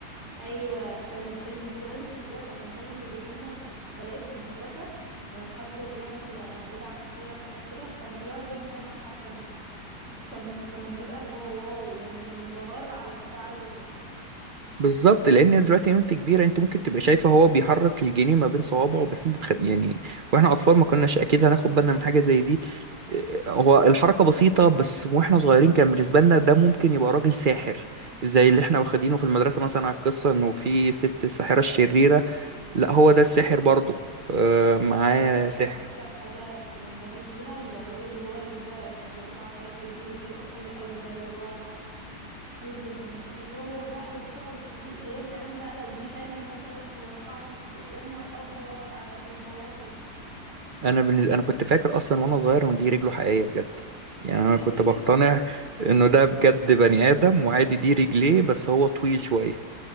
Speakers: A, on the right; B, on the right.
A: أيوة كانوا بي كانوا بيجيبوها لنا في المدرسة كانوا دايما بيجيبوا لنا في الحفلات في المدرسة آه، حد بيعمل آه، خدع سحرية وحاجات كده كان بيقعد يعمل دايما الحركة دي كان كنا بنبقى اللي هو واو يعني الانبهار على مستوى عالي جدا
B: بالظبط لان دلوقتي وانت كبيره انت ممكن تبقى شايفه هو بيحرك الجنيه ما بين صوابعه بس انت
A: مم.
B: مخد... يعني واحنا اطفال ما كناش اكيد هناخد بالنا من حاجه زي دي إيه، هو الحركه بسيطه بس واحنا صغيرين كان بالنسبه لنا ده ممكن يبقى راجل ساحر زي اللي
A: بالظبط
B: احنا واخدينه في المدرسه مثلا على القصه انه في ست الساحره الشريره لا هو ده الساحر برضه آه، معاه
A: صراحة أنا
B: سحر
A: أكتر حاجة كنت بنبهر بيها الراجل اللي هو اللي بيبقى لابس عصاية في رجله وبيبقى طويل قوي ده اللي هو طويل جدا واو بقى وبتاع وطويل ويا سلام بقى لو جه شالني مثلا ورفعني لفوق يا نهار أبيض على الانبهار يعني
B: انا بالنسبه انا كنت فاكر اصلا وانا صغير ان دي رجله حقيقيه بجد يعني
A: <laughs>
B: انا كنت بقتنع انه ده بجد بني ادم وعادي دي رجليه بس هو طويل شويه